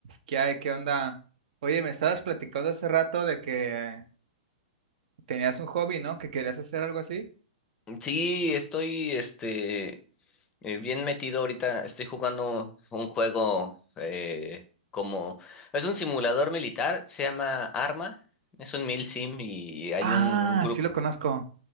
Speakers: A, on the right (about 70°); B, on the left (about 20°).
A: ¿Qué hay? ¿Qué onda? Oye, me estabas platicando hace rato de que eh, tenías un hobby, ¿no? Que querías hacer algo así.
B: Sí, estoy este eh, bien metido ahorita. Estoy jugando un juego eh, como es un simulador militar, se llama Arma, es un mil sim y hay
A: Ah,
B: un, un grupo,
A: sí lo conozco.